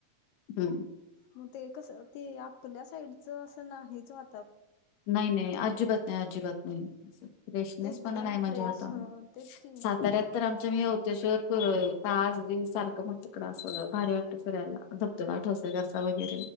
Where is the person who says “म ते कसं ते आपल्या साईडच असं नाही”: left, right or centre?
Left